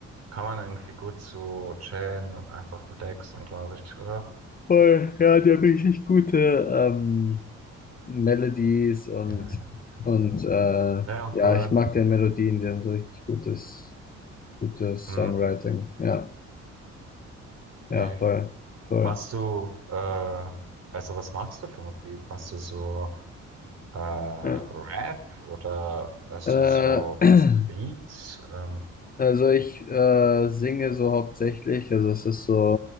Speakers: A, on the right; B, on the left.
A: kann man irgendwie gut so chillen und einfach relaxen, glaube ich, oder?
B: Voll, ja, die haben richtig gute, ähm, Melodies und,
A: Ja, ja, genau.
B: und äh,
A: Ja, voll.
B: ja, ich mag deren Melodien, die haben so richtig gutes, gutes
A: Hm,
B: Songwriting. Ja,
A: echt.
B: ja, voll, voll.
A: Machst du, äh, also was machst du für Musik? Machst du so äh, Rap
B: Ja.
A: oder also
B: Äh,
A: so,
B: <clears throat>
A: machst du die Beats? Ähm,
B: also ich äh, singe so hauptsächlich, also es ist so